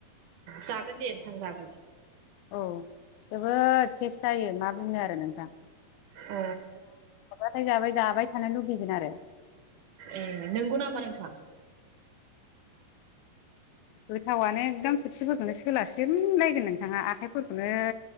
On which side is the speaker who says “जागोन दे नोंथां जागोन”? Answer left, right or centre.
Right